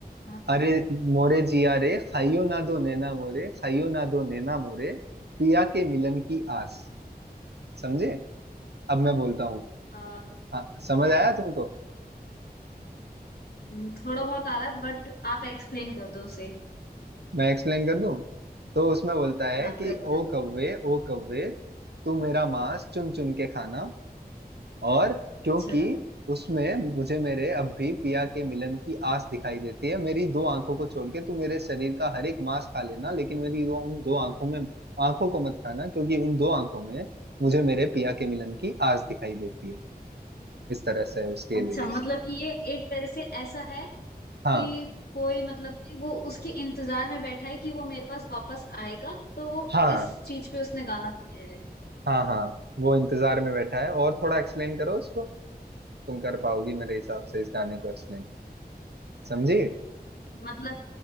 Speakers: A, on the left; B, on the right.
A: हाँ
B: अरे मोरे जिया रे खाइयो ना दो नैना मोरे खाइयो ना दो नैना मोरे पिया के मिलन की आस समझे अब मैं बोलता हूँ
A: अ,
B: हाँ समझ
A: हाँ
B: आया तुमको
A: हम्म, थोड़ा बहुत आ रहा है बट आप एक्सप्लेन कर दो उसे
B: मैं एक्सप्लेन कर दूं तो उसमें बोलता है
A: हाँ
B: कि
A: कर
B: ओ
A: दो
B: कव्वे ओ कव्वे तू मेरा मांस चुन चुन के खाना और क्योंकि
A: अच्छा
B: उसमें मुझे मेरे अब भी पिया के मिलन की आस दिखाई देती है मेरी दो आंखों को छोड़ के तू मेरे शरीर का हर एक मांस खा लेना लेकिन मेरी दो उन दो आंखों में आंखों को मत खाना क्योंकि उन दो आंखों में मुझे मेरे पिया के मिलन की आस दिखाई देती है इस तरह से है उसके
A: अच्छा
B: लिरिक्स
A: मतलब कि ये एक तरह से ऐसा है कि
B: हाँ
A: कोई मतलब कि वो उसके इंतजार में बैठा है कि वो मेरे पास वापस आएगा तो वो
B: हाँ
A: इस चीज पे उसने गाना गाया है
B: हाँ हाँ वो इंतजार में बैठा है और थोड़ा एक्सप्लेन करो इसको तुम कर पाओगी मेरे हिसाब से इस गाने को एक्सप्लेन समझी
A: मतलब